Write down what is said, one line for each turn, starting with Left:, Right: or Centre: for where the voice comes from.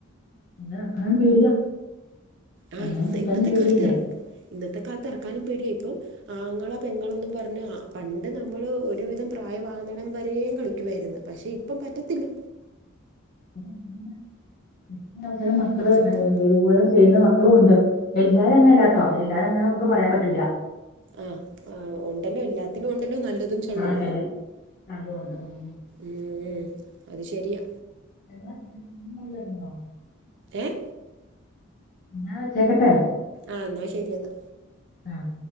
Left: എറങ്ങാൻ പേടിയാ
Right: ആഹ്
Left: അങ്ങനെ
Right: ഇന്ന്
Left: നോക്കാനും
Right: ഇന്നത്തെ
Left: പേടിയല്ലേ
Right: കാലത്ത് എറ ഇന്നത്തെ കാലത്ത് എറക്കാനും പേടിയ ഇപ്പം ആങ്ങള പെങ്ങളെന്നും പറഞ്ഞ് അഹ് പണ്ട് നമ്മള് ഒരുവിധം പ്രായമാവുന്നെടം വരേം കളി ക്കുവായിരുന്ന് പക്ഷെ ഇപ്പം പറ്റത്തില്ല
Left: പി ഇത്തരം മക്കള്
Right: ഇപ്പോഴത്തെ
Left: ദുരു ചെയ്യുന്ന മക്കളും ഉണ്ട് എല്ലാരും അങ്ങനെയല്ലാട്ടോ എല്ലാരും അങ്ങനെ നമുക്ക് പറയാൻ പറ്റൂല.
Right: ആഹ് ആഹ് ഉണ്ടല്ലോ എല്ലാത്തിനും ഉണ്ടല്ലോ നല്ലതും
Left: <unintelligible>
Right: ചള്ളും ഏഹ് അത് ശരിയാ
Left: എന്നാ നല്ലാരുന്നൊ
Right: ഏഹ്
Left: ന്നാ വെച്ചേക്കട്ടെ
Right: ആഹ് എന്നാ ശരിയെന്നാ
Left: ആഹ്